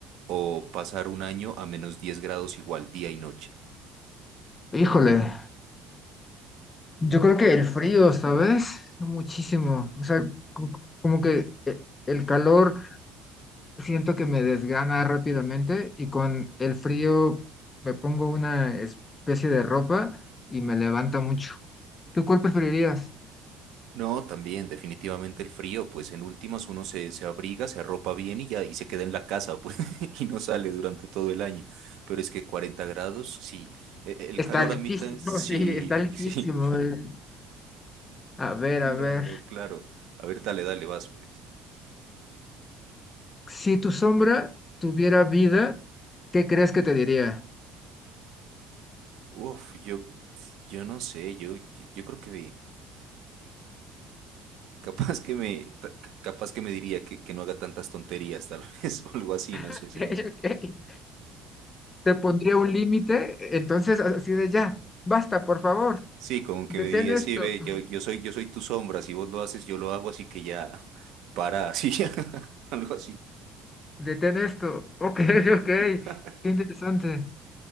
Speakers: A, on the right (about 60°); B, on the left (about 20°).
A: o pasar un año a menos 10 grados igual día y noche?
B: Híjole, yo creo que el frío, ¿sabes? Muchísimo. O sea, co- como que e- el calor siento que me desgana rápidamente y con el frío me pongo una especie de ropa y me levanta mucho. ¿Tú cuál preferirías?
A: No, también, definitivamente el frío, pues en últimas uno se, se abriga, se arropa bien y ya, y se queda en la casa, pues, <laughs> y no sale durante todo el año. Pero es que 40 grados, sí. E- e- El
B: Está
A: calor,
B: altísimo,
A: amita, sí,
B: <laughs> sí, está altísimo.
A: <laughs> sí.
B: el- A ver,
A: Claro,
B: a ver.
A: claro. A ver, dale, dale, vas, pues.
B: Si tu sombra tuviera vida, ¿qué crees que te diría?
A: Uf, yo, yo no sé, yo, yo creo que capaz que me, ta- capaz que me diría que, que no haga tantas tonterías, tal vez, <laughs> o algo así, no sé,
B: <laughs>
A: se
B: Ok.
A: me
B: Te pondría un límite, entonces así de ya, basta, por favor,
A: Sí, como
B: detén
A: que me diría,
B: esto,
A: sí, ve, yo, yo soy, yo soy tu sombra, si vos lo haces, yo lo hago, así que ya, <laughs> para, así, <laughs> algo así.
B: detén esto. Ok, <laughs> ok, qué
A: <laughs>
B: interesante,